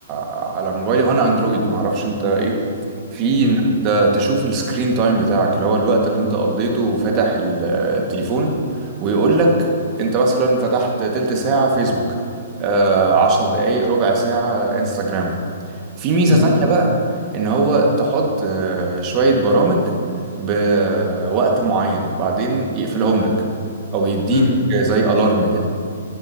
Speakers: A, on the right; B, on the left.
A: على موبايلي وانا اندرويد معرفش انت ايه في
B: امم
A: ان انت تشوف السكرين تايم بتاعك اللي هو الوقت اللي انت قضيته فاتح ال- آه، التليفون ويقول لك انت مثلا فتحت تلت ساعة فيسبوك آه، عشر دقايق ربع ساعة انستجرام في ميزة
B: امم
A: تانية بقى ان هو تحط آه، شوية برامج بوقت معين بعدين يقفلهم لك او يديك
B: امم
A: زي الارم كده